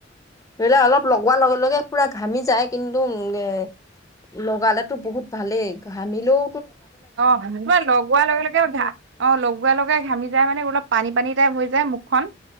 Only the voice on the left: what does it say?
এইবিলাক অলপ লগোৱাৰ লগে লগে পুৰা ঘামি যায় কিন্তু এ লগালেতো বহুত ভালেই ঘামিলেও